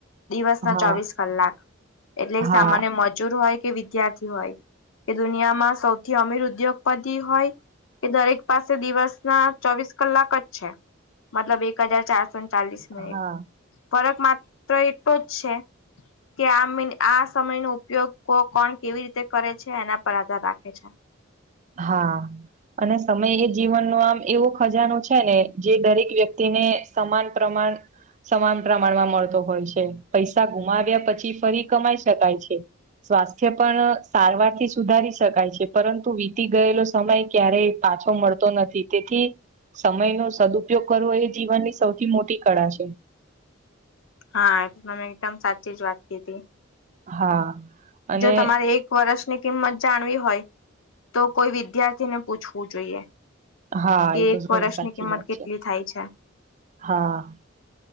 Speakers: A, on the left (about 80°); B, on the right (about 35°).
A: દિવસ ના
B: હા
A: ચોવીસ કલાક એટલે
B: હા
A: સામાન્ય મજૂર હોય કે વિદ્યાર્થી હોય કે દુનિયામાં સૌથી અમીર ઉદ્યોગ પતિ હોય એ દરેક પાસ પાસે દિવસ ના ચોવીસ કલાક જ છે મતલબ એક હજાર ચારસો ચાલીસ મિનિટ
B: હા
A: ફરક માત્ર એટલો જ છે કે આ મીન આ સમયનો ઉપયોગ કો કોણ કેવી રીતે કરે છે એના પર આધાર રાખે છે
B: હા અને સમય એ જીવન નો આમ એવો ખજાનો છે છે ને જે દરેક વ્યક્તિને સમાન પ્રમાણ સમાન પ્રમાણમાં મળતો હોય છે પૈસા ગુમાવ્યા પછી ફરી કમાઈ શકાય છે સ્વાસ્થ્ય પણ સારવાર થી સુધારી શકાય છે પરંતુ વી તી ગયેલો સમય ક્યારેય પાછો મળતો નથી તેથી સમય નો સદુપયોગ કરવો એ જીવનની સૌથી મોટી કળા છે
A: હા તમેં એકદમ સાચી જ વાત કીધી
B: હા અને
A: જો તમારે એક વર્ષની કિંમત જાણવી હોય તો કોઈ વિદ્યાર્થીને પૂછવું જોઈએ.
B: હા
A: કે
B: એ તો
A: એક
B: ઘણી
A: વર્ષની
B: સાચી
A: કિંમત
B: વાત
A: કેટલી
B: છે
A: થાય છે.
B: હા